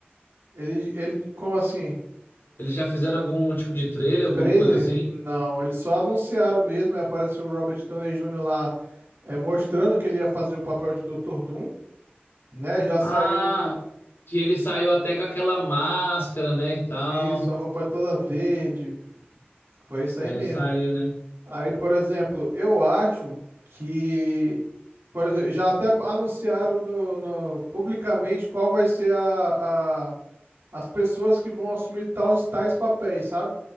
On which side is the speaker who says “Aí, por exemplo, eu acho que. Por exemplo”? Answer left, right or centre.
Right